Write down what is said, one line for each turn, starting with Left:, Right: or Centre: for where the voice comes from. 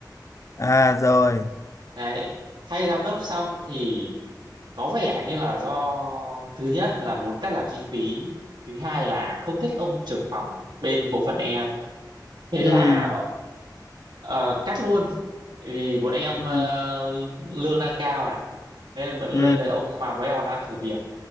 Left: À, rồi.
Right: đấy thay giám đốc xong thì có vẻ như là do thứ nhất là muốn cắt giảm chi phí thứ hai là không thích ông trưởng phòng bên bộ phận em thế là
Left: Ừ,
Right: ờ, cắt luôn vì bọn em
Left: ừ,
Right: ờ, lương đang cao này nên lên
Left: ừ,
Right: đấy ông mà bọn em còn đang thử việc